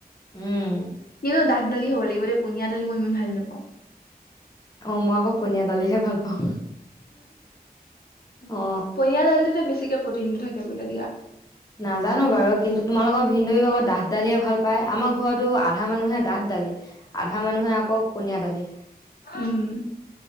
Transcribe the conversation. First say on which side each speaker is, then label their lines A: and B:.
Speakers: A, on the left; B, on the left.
A: উম
B: এ' ন' ডাঠ দালি হ'ব লাগিব, দে পনীয়া দালি মই ইমান ভাল নাপাওঁ।
A: অ' মই আকৌ পনীয়া দালিহে ভাল পাওঁ। অ
B: পনীয়া দালটোতে বেছিকে প্ৰটিনটো থাকে বোলে দিয়া।
A: নাজানো বাৰু, কিন্তু তোমালৰ ভন্দই অক ডাঠ দালিয়ে ভাল পাই আমাৰ ঘৰতো আধা মানুহে ডাঠ দালি, আধা মানুহে আকৌ পনীয়া দালি।
B: উম।